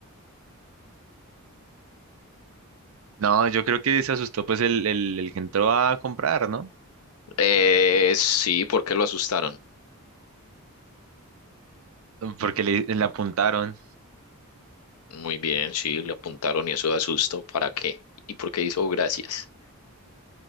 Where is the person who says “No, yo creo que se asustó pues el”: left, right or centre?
Right